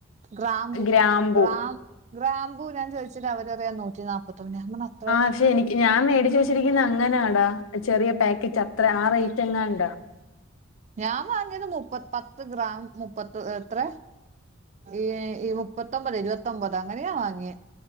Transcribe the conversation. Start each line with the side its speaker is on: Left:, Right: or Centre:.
Right: ഗ്രാമ്പു
Left: ഗ്രാമ്പൂ
Right: ഗ്രാം ഗ്രാമ്പു ഞാൻ ചോച്ച ചിന അവര റിയ നൂറ്റി നാൽപ്പൊന്ന് <unintelligible>
Left: ആ ക്ഷെ നിക്ക് ഞാൻ മേടിച് വെച്ച് അങ്ങനൊടാ ചെറിയ പാക്കറ്റ് അത്ര ആ റേറ്റ് എങ്ങാണ്ടാ
Right: ഞാൻ വാങ്ങിയത് മുപ്പ പത്ത് ഗ്രാം മുപ്പത്ത എത്ര? ഈ ഈ മുപ്പത്തൊമ്പത് ഇരുപത്തൊമ്പത് അങ്ങനെയാ വാങ്ങിയ